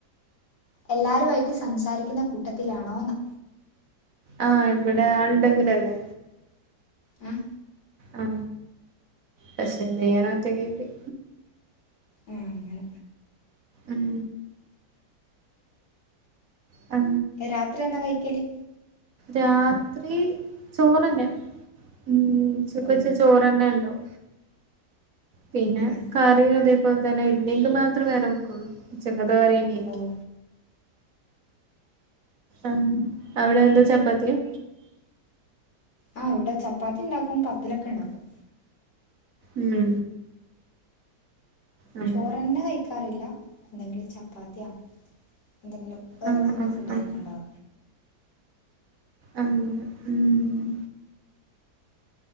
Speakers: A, on the left (about 75°); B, on the right (about 55°).
A: എല്ലാരും ആയിട്ട് സംസാരിക്കുന്ന കൂട്ടത്തിലാണോ ന്ന്
B: ആ ഇവിടെ ആളിണ്ടെങ്കിലല്ലേ
A: ആഹ്
B: ആ പക്ഷെ എന്തയ്യാനാ ഒറ്റക്കായിപ്പോയി
A: ഏ അങ്ങനെ
B: ഉം അ
A: രാത്രി എന്നാ കഴിക്കല്
B: രാത്രി ചോറ ന്നെ ഊം ഉച്ചക്വെച്ച
A: ഓ
B: ചോറന്നെ ഉണ്ടാവും പിന്നെ
A: അങ്ങനെ
B: കറിയു അതെ ഇപ്പ തന്നെ ഇല്ലെങ്കിൽ മാത്രേ വേറെ വെക്കൊള്ളൂ ഉച്ചക്ക ത്തെ കറിയന്നായിരിക്കും
A: ഓ
B: ആം അവിടെ എന്താ ചപ്പാത്തിയാ
A: ആഹ് ഇവിടെ ചപ്പാത്തി ഉണ്ടാക്കും പത്തലൊക്കെ ഉണ്ടാക്കും
B: ഉം അങ്ങനെ
A: ചോറ ന്നെ കഴി ക്കാറില എന്തെങ്കിലും ചപ്പാത്തിയാ എന്തെങ്കിലും വേറെ
B: ആഹ്
A: എന്തെങ്കിലും
B: ആഹ്
A: ഫുഡ് ആയിരിക്കും
B: ആഹ്
A: ഉണ്ടാവ
B: അങ്ങനെ ഊം